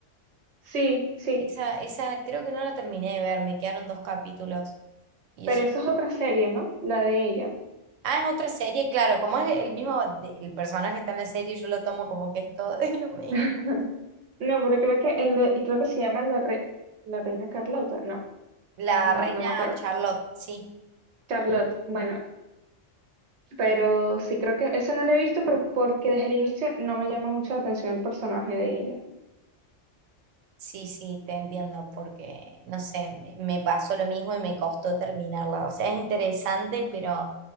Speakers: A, on the right; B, on the right.
A: Sí, sí.
B: Esa, esa creo que no la terminé de ver, me quedaron dos capítulos. Y
A: Pero
B: eso
A: esa es otra serie, ¿no? La de ella.
B: Ah, es otra serie, claro, como es el mismo, de- el personaje que está en la serie, yo lo tomo como que es todo <laughs> lo mismo.
A: <laughs> No, pero creo que el de, y creo que se llama la, Re- la Reina Carlota. No,
B: La
A: no,
B: reina
A: no me acuerdo.
B: Charlotte, sí,
A: Charlotte, bueno, pero sí creo que eso no lo he visto, pero porque desde el inicio no me llama mucho la atención el personaje de ella.
B: sí, sí, te entiendo, porque, no sé, me, me pasó lo mismo y me costó terminarla. O sea, es interesante, pero